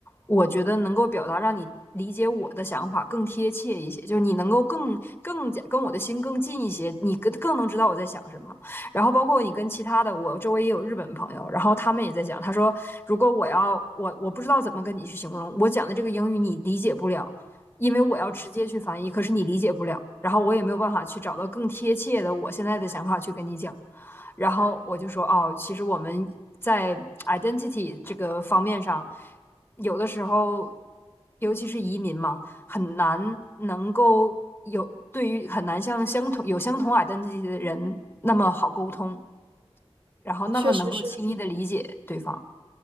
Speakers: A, on the left; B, on the right.
A: 我觉得能够表达让你理解我的想法更贴切一些，就是你能够更更加跟我的心更近一些，你更更能知道我在想什么。然后包括你跟其他的，我周围也有日本朋友，然后他们也在讲，他说如果我要我我不知道怎么跟你去形容我讲的这个英语你理解不了，因为我要直接去翻译，可是你理解不了，然后我也没有办法去找到更贴切的我现在的想法去跟你讲。然后我就说，哦，其实我们在 identity 这个方面上，有的时候，尤其是移民嘛，很难能够有对于很难像相同有相同 identity 的人那么好沟通，然后那么能够轻易的理解对方。
B: 确实是，